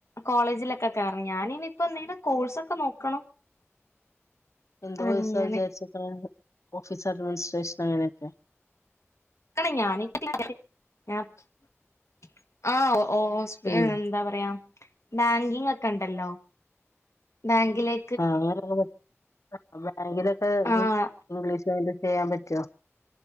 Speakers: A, on the left (about 70°); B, on the left (about 80°).
A: കോളേജിലെക്കെ കേറണം ഞാന് നിപ്പന്തെങ്കിലും കോഴ്സ് ഒക്കെ നോക്കണം
B: എന്ത് കോഴ്‌സാ
A: അങ്ങനെ
B: വിചാര്ച്ച്ക്ണ്. ഓഫീസ് അഡ്മിനിസ്ട്രേഷൻ അങ്ങനൊക്കെ
A: <unintelligible> സ്പേന്താ
B: ഉം
A: പറയാ ബാങ്കിംഗ് ഒക്കെണ്ടല്ലോ ബാങ്കിലേ
B: ആഹ് അങ്ങനെ <inaudible> ബാങ്കിലൊക്കെ
A: ആഹ്
B: ഇംഗ്ലീഷ് ചെയ്യാൻ പറ്റ് വോ